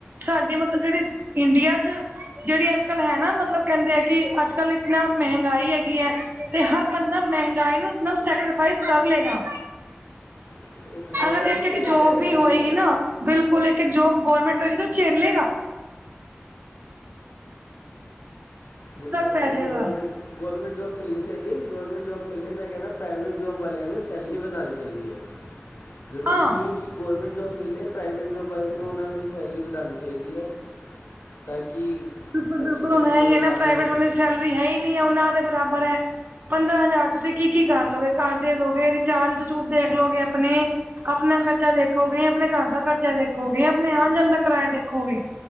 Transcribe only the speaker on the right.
ਸਾਡੀ ਮਤਲਬ ਜਿਹੜੀ ਇੰਡੀਆ ਚ ਜਿਹੜੀ ਅੱਜ ਕੱਲ੍ਹ ਹੈ ਨਾ ਮਤਲਬ ਕਹਿੰਦੇ ਆ ਕਿ ਅੱਜ ਕੱਲ ਇਤਨਾ ਮਹਿੰਗਾਈ ਹੈਗੀ ਹੈ ਤੇ ਹਰ ਬੰਦਾ ਮਹਿੰਗਾਈ ਨੂੰ ਨਾਲ ਸੈਕਰੀਫਾਈਸ ਕਰ ਲਏਗਾ
ਅਗਰ
ਇੱਕ ਇੱਕ
ਜੋਬ ਵੀ
ਹੋਏਗੀ ਨਾ ਬਿਲਕੁਲ ਇੱਕ ਇੱਕ ਜੋਬ ਗਵਰਮੈਂਟ ਹੋਏਗੀ ਤਾਂ ਝੇਲੇਗਾ
ਸਕ
ਪੈ ਜਾਏਗਾ
ਹਾਂ
ਬਿਲਕੁਲ
ਬਿਲਕੁਲ
ਹੁਣ ਹੈ ਹੀ
ਹੈ ਨਾ
ਪ੍ਰਾਈਵੇਟ
ਵਾਲੇ
ਸੈਲਰੀ ਹੈ ਹੀ ਨੀ ਹੈ ਉਹਨਾਂ ਦੇ ਬਰਾਬਰ ਹੈ ਪੰਦਰਾਂ ਹਜ਼ਾਰ ਤੁਸੀਂ ਕੀ ਕੀ ਕਰ ਲੋਗੇ ਘਰ ਦੇ ਦੋਗੇ ਚਾਜ਼ ਬਚੂਜ ਦੇਖਲੋਗੇ ਆਪਣੇ ਆਪਣਾ ਖਰਚਾ ਦੇਖੋਗੇ ਆਪਣੇ ਘਰ ਦਾ ਖਰਚਾ ਦੇਖੋਗੇ ਆਪਣੇ ਆਉਣ ਜਾਣ ਦਾ ਕਿਰਾਇਆ ਦੇਖੋਗੇ